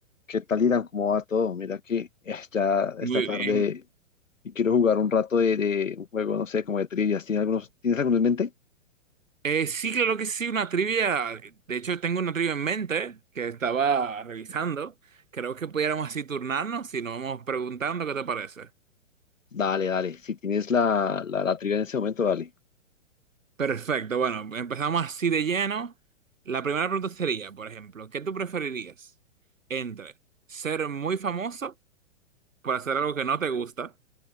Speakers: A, on the left; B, on the right.
A: ¿Qué tal, Irán? ¿Cómo va todo? Mira que eh, ya esta
B: Muy
A: tarde
B: bien.
A: y quiero jugar un rato de, de un juego, no sé, como de trivias. ¿Tienes algunos, ¿tienes alguno en mente?
B: Eh, sí, claro que sí, una trivia. De hecho, tengo una trivia en mente que estaba revisando. Creo que pudiéramos así turnarnos si nos vamos preguntando, ¿qué te parece?
A: Dale, dale. Si tienes la, la, la trivia en ese momento, dale.
B: Perfecto, bueno, empezamos así de lleno. La primera pregunta sería, por ejemplo, ¿qué tú preferirías entre ser muy famoso por hacer algo que no te gusta